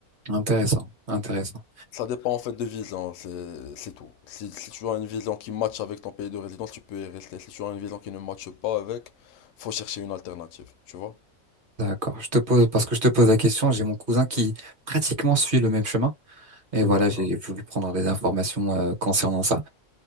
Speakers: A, on the right; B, on the left.
A: intéressant, intéressant.
B: Ça dépend en fait de vision, c'est c'est tout. Si, si tu as une vision qui matche avec ton pays de résidence, tu peux y rester. Si tu as une vision qui ne matche pas avec, faut chercher une alternative, tu vois.
A: D'accord. Je te pose parce que je te pose la question. J'ai mon cousin qui pratiquement suit le même chemin. Et
B: D'accord.
A: voilà, j'ai voulu prendre des informations euh, concernant ça.